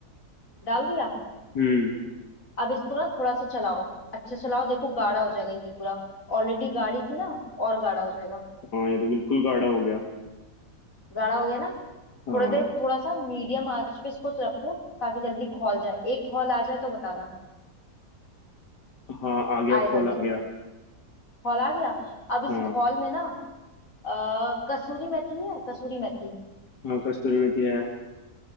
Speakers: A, on the left; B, on the left.
A: डाल दिया
B: हम्म
A: अब इसको ना थोड़ा सा चलाओ अच्छा चलाओ देखो गाढ़ा हो जाएगा ये पूरा ऑलरेडी गाढ़ी थी ना और गाढ़ा हो जाएगा
B: हाँ ये तो बिल्कुल गाढ़ा हो गया
A: गाढ़ा हो गया ना
B: हाँ
A: थोड़ा देर थोड़ा सा मीडियम आंच पे इसको तो रखो ताकि जल्दी खौल जाए एक खौल आ जाए तो बताना
B: हाँ आ गया
A: आएगा
B: खोल आ
A: भी
B: गया
A: खौल आ गया अब इस
B: हाँ
A: खौल में ना अ, कसूरी मेथी है कसूरी मेथी
B: हाँ कस्तूरी मेथी है